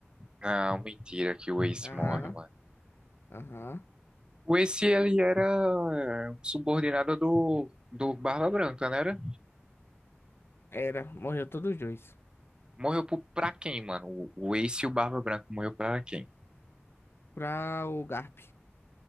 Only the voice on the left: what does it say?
Aham,
aham.
Era, morreu todos os dois.
Pra o Garp.